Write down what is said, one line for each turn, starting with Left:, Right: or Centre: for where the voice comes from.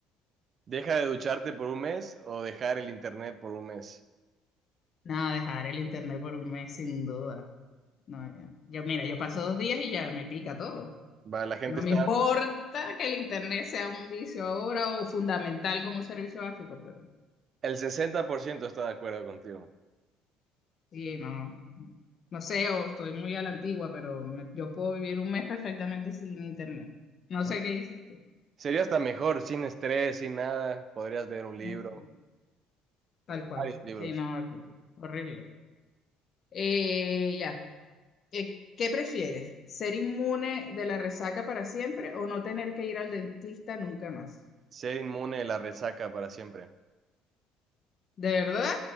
Right: ¿Deja de ducharte por un mes o dejar el internet por un mes?
Left: Nada, dejar el internet por un mes sin duda. No, ya. Yo, mira, yo paso dos días y ya me pica todo.
Right: Va, la gente
Left: No
Right: está,
Left: me importa que el internet sea un vicio ahora o fundamental como un servicio básico, pero
Right: el 60% está de acuerdo contigo.
Left: Sí, no, no sé, o estoy muy a la antigua, pero me- yo puedo vivir un mes perfectamente sin internet. No
Right: ¿no?
Left: sé qué dices tú.
Right: Sería hasta mejor, sin estrés, sin nada. Podrías leer un libro,
Left: Así, Tal cual.
Right: varios libros.
Left: Sí, no, horrible. horrible. Eh, ya. Eh, ¿qué prefieres? ¿Ser inmune de la resaca para siempre o no tener que ir al dentista nunca más?
Right: Ser inmune de la resaca para siempre.
Left: ¿De verdad?